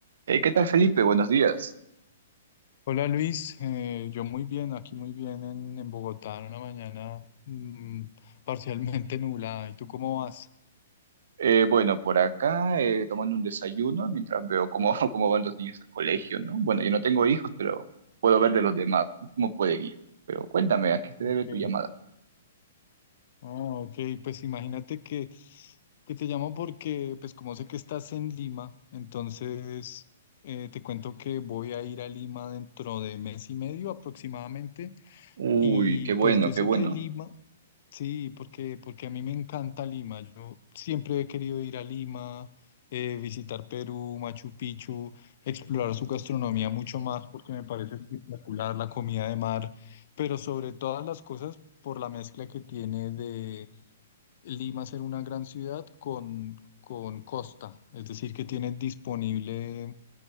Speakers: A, on the right; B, on the left.
A: Eh, ¿qué tal, Felipe? Buenos días.
B: Hola Luis, eh, yo muy bien, aquí muy bien en, en Bogotá, en una mañana mm, parcialmente <laughs> nublada. ¿Y tú cómo vas?
A: Eh, bueno, por acá eh, tomando un desayuno mientras veo cómo, <laughs> cómo van los niños al colegio, ¿no? Bueno, yo no tengo hijos, pero puedo ver de los demás ¿no? cómo puede ir. Pero cuéntame, ¿a qué se
B: Ok,
A: debe tu llamada?
B: ah, ok, pues imagínate que, que te llamo porque, pues como sé que estás en Lima, entonces eh, te cuento que voy a ir a Lima dentro de mes y medio aproximadamente.
A: Uy,
B: Y
A: qué
B: pues
A: bueno,
B: yo
A: qué
B: sé
A: bueno.
B: que Lima, Sí, porque, porque a mí me encanta Lima. Yo siempre he querido ir a Lima, eh, visitar Perú, Machu Picchu, explorar su gastronomía mucho más porque me parece espectacular la comida de mar, pero sobre todas las cosas por la mezcla que tiene de Lima ser una gran ciudad con, con costa, es decir, que tiene disponible,